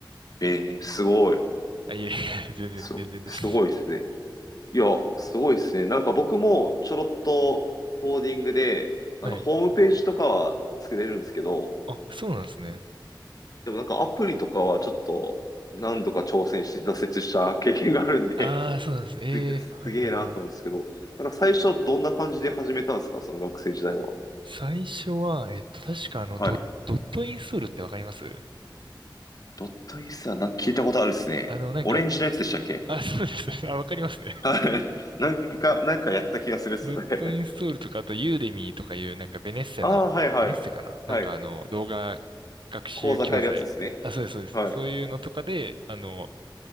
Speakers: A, on the left (about 45°); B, on the right (about 75°).
A: ええすごい。
B: あ、いえ、<laughs> 全然、
A: す、
B: 全然です。
A: すごいですね。いや、すごいですね。なんか僕もちょろっとコーディングで、あの、
B: はい。
A: ホームページとかは作れるんですけど、
B: あ、そうなんですね。
A: でもなんかアプリとかはちょっと何度か挑戦して挫折した経験があるんで、
B: ああ、そうなんです。ええ、
A: <laughs> す、
B: はいはいはい。
A: すげえなと思うんですけど、なんか最初どんな感じで始めたんですかその学生時代は。
B: 最初は、えっと、確かあの、
A: はい。
B: ド、ドットインストールってわかります
A: ドットインスはなんか聞いたことあるですね。
B: あの、なんか、
A: オレンジのやつでしたっけ
B: あ、そうです。<laughs> あ、わかりますね。
A: はい。<laughs> なんか、なんかやった気がするっすね。
B: <laughs> ドットインストールとか、
A: <laughs>
B: あと、ユーデミーとかいう、なんか、ベネッセの、
A: ああ、はいはい。
B: ベネッセかななんか、
A: はい。
B: あの、動画学習教材。
A: 講座変えるやつですね。
B: あ、そうです、そうです。
A: はい。
B: そういうのとかで、あの、